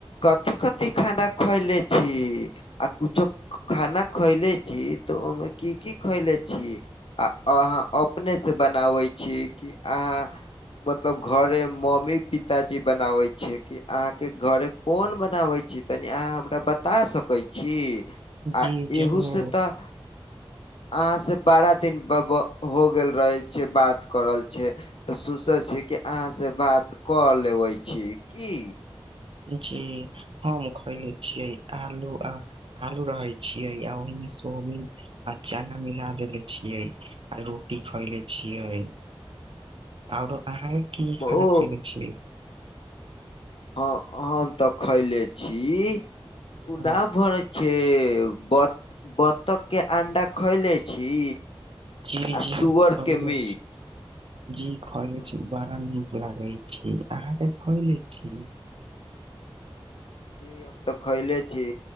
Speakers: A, on the left; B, on the right.
A: कथी कथी खाना खएले छी। आ कुछो खाना खएले छी तऽ ओयमे की की खैले छी। आ अहाँ अपने सँ बनाबै छी कि अहाँ मतलब घरे मम्मी पिताजी बनाबे छै कि अहाँ के घरे कोन बनाबे छै। तनि अहाँ हमरा बता सकै छी आ
B: जी जरूर
A: एहू से तऽ अहाँ से बड़ा दिन ब हो गेल रहे छै बात करल छै। तऽ सोचै छी कि अहाँ से बात कऽ लेबै छी की।
B: जी हम खयले छियै आलू आ आलू रहै छियै आ ओहिमे सोयाबिन आ चना मिला देले छियै आ रोटी खयले छियै। आओरो अहाँ कि
A: ओ
B: खाना खइने छीये।
A: ह हम तऽ खैले छी <unintelligible>
B: हाँ,
A: सेब बत बत्तख के अंडा खैले छै। छी
B: जी
A: आ सुअर
B: हम
A: के मीट।
B: छी जी खैले छी बड़ा नीक लागे छी अहाँ के खैले छी।
A: जी हम तऽ खैले छी